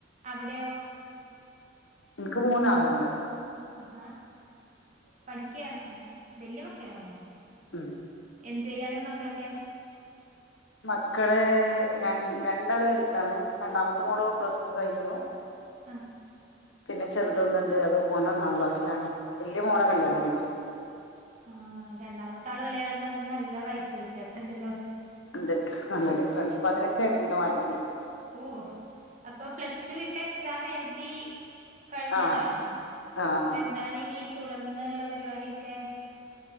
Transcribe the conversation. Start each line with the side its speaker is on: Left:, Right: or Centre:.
Right: അവിടെയോ?
Left: എനിക്ക് മൂന്നാള്ണ്ട്-
Right: അഹാ - പഠിക്കയാണോ വലൃയ മക്കളാണോ?
Left: ഉം
Right: എന്തെയ്യാണ് മക്കളൊക്കെ
Left: മക്കള് ര രണ്ടാള് വലുതാണ് രണ്ടാമത്തെ മോള് പ്ലടു കഴിഞ്ഞു ഹോ <inaudible>
Right: ആഹ
Left: പിന്നെ ചെറുതൊന്നുണ്ട് അത് ഓന് ഓന്നാം ക്ലാസ്സിലാണ് വല്യ മോളെ
Right: ആ
Left: കല്യാണം കഴിച്ചിട്ടു
Right: ആ രണ്ടാമത്തെ ആള് വിളയാള തമ്മില് നല്ല വയസ്സ് വ്യത്യാസം ണ്ടല്ലോ
Left: ഉണ്ട് ആ ഡിഫറൻസ് പതിനെട്ട് വയസ്സിന്റെ മാ റ്റണ്ട്
Right: ഓ അപ്പൊ പ്ലസ് ടു ഇപ്പൊ എക്സാമ് എഴുതി കഴിഞ്ഞതാണോ
Left: ആ ആ
Right: അപ്പൊ
Left: ആ
Right: എന്താണ് ഇനി തുടർന്ന്ള്ള പരിപാടിയൊക്കെ